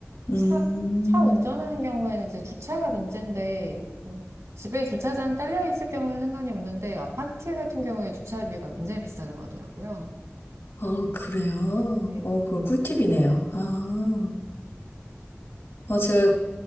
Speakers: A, on the left; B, on the right.
A: 음,
B: 차, 차 운전하는 경우에는 이제 주차가 문제인데, 뭐 집에 주차장 딸려 있을 경우에는 상관이 없는데, 아파트 같은 경우에 주차비가 굉장히 비싸다고 하더라고요.
A: 어, 그래요?
B: 네.
A: 어, 그거 꿀팁이네요. 아, 어, 제가